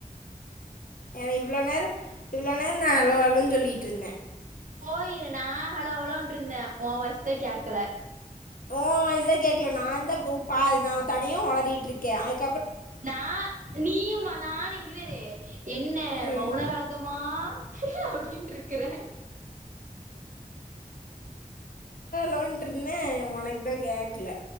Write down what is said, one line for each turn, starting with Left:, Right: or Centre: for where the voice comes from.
Left: ஏனா இவ்ளோ நேரோ இவ்ளோ நேர் நா அலோ அலொன் சொல்லிட்ருந்தே
Right: போயிரு நா ஹலோ ஹலோன்ட்ருந்தே ஓ வாய்ஸ் தா கேக்கல
Left: உ வாய்ஸ் தா கேக்கல நா தா உ பா நா தனியா ஒளறிட்ருக்கே அத்
Right: நா நீயுமா நானு இங்கி பாரு என்ன
Left: ம்
Right: மௌனராகமா அப்புடின்ட்ரிக்கிற
Left: லோன்ட்ருந்தே ஒனக்தாங் கேக்குல